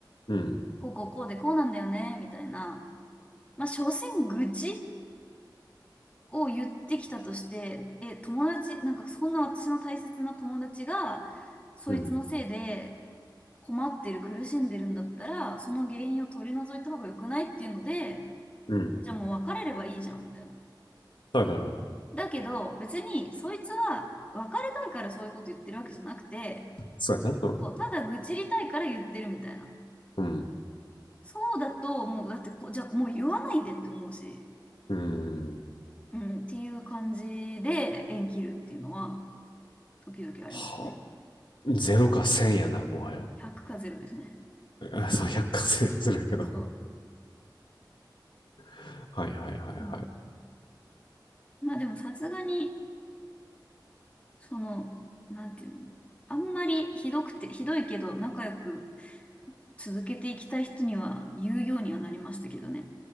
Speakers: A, on the left (about 80°); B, on the left (about 15°).
A: うん。
B: こうこうこうでこうなんだよね、みたいな。まあ、所詮愚痴を言ってきたとして、え、友達、なんかそんな私の大切な友達が、そいつのせいで
A: うん。
B: 困ってる、苦しんでるんだったら、その原因を取り除いた方が良くないっていうので、
A: うん。
B: じゃあもう別れればいいじゃん、みたいな。
A: はいはいはいはい。
B: だけど、別にそいつは別れたいからそういうこと言ってるわけじゃなくて、
A: そうやな。うん。
B: そう、ただ愚痴りたいから言ってるみたいな。
A: うん。
B: そうだと、もうだってこ、じゃあもう言わないでって思うし、
A: うん。
B: うん、っていう感じで縁切るっていうのは、時々ありますね。
A: はあ、ゼロか1000やな、もはや。
B: 100か0ですね。
A: <laughs> あそう、100か1000するやけど。
B: そう。
A: <laughs> はいはいはいはい。
B: うんまあでもさすがに、その、なんていうの、あんまりひどくて、ひどいけど仲良く続けていきたい人には言うようにはなりましたけどね。